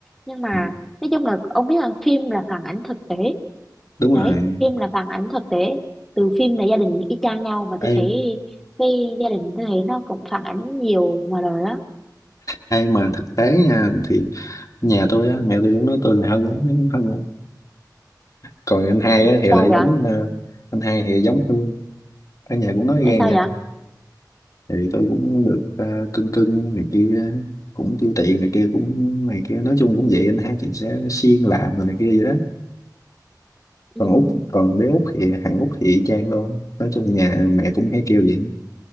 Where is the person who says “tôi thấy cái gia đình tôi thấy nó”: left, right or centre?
Centre